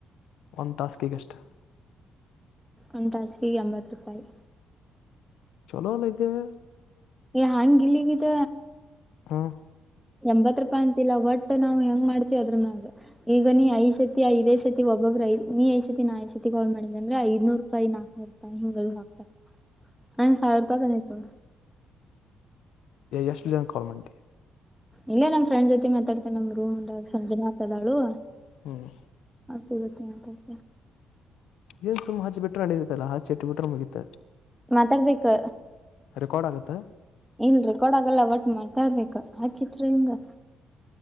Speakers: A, on the left; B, in the centre.
A: ಒಂದು ಟಾಸ್ಕಗಷ್ಟ
B: ಒಂಟಾಸೆಗೆ ಎಂಬತ್ತು ರೂಪಾಯಿ
A: ಚಲೋಲ್ಲಿದ್ದವೆ
B: ಹಾಂಗ ಇಲ್ಲಿಗಿದ
A: ಹಾ
B: ಎಂಬತ್ ರೂಪಾಯಿ ಅಂತಿಲ್ಲ ಒಟ್ ನಾವು ಹೆಂಗ ಮಾಡ್ತೀವಿ ಅದ್ರ ಮ್ಯಾಗ ಈಗ ನೀ ಐದ ಸತಿಐದೇ ಸತಿ ಒಬ್ಬಬ ನೀ ಐ ಸತಿ ನಾ ಐ ಸತಿಗೋಳ್ ಮಾಡ ಅಂದ್ರ ಐದನೂರು ರೂಪಾಯಿ ನಾಕೂರು ರೂಪಾಯಿ ಹಿಂಗ ಹಾಕ್ತಾರೆ ನಂಗ ಸಾವಿರ ರೂಪಾಯಿ ಬಂದತ
A: ಎಷ್ಟು ಜನ ಕಾಲ್ ಮಾಡ್ತಿ
B: ಇಲ್ಲೇ ನಮ ಫ್ರೆಂಡ್ ಜೊತೆ ಮಾತಾಡ್ತೇನೆ ನಮ್ ರೂಮ್ಂದಾಗ ಸಂಜನೆ ಆತದಾಳು
A: ಹ್ಮ್
B: ಹಸುಗತ ಮಾಡಂತ
A: ಏನ್ ಸುಮ್ ಹಚ್ಚಿ ಬಿರೆ ನಡಿದತಲ್ಲ ಹಾಟ್ಟು ಬಿಟ್ರ ಮುಗಿತ
B: ಮಾತಾಡ್ಬೇಕು
A: ಕೋಡ್ ಆಗತ್ತ
B: ಇಲ್ರರಿ ಕೊಡಕಲ್ಲ ಬಟ್ ಮಾಡ್ತಾರ್ಬೇಕ ಆಚಿತ ಹಿಂಗ